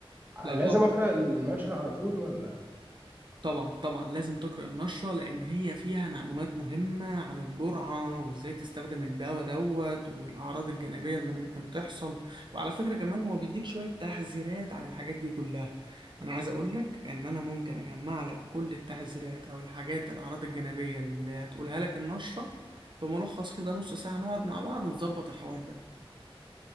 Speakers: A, on the right; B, on the right.
A: آه،
B: لا
A: لازم
B: طبعا
A: أقرأ النشرة على طول ولا
B: طبعا طبعا لازم تقرأ النشرة لأن هي فيها معلومات مهمة عن الجرعة وإزاي تستخدم الدواء دوت والأعراض الجانبية اللي ممكن تحصل وعلى فكرة كمان هو بيديك شوية تحذيرات عن الحاجات دي كلها أنا عايز أقولك إن أنا ممكن أجمع لك كل التحذيرات أو الحاجات الأعراض الجانبية اللي هتقولها لك النشرة في ملخص كده نص ساعة نقعد مع بعض نظبط الحوار ده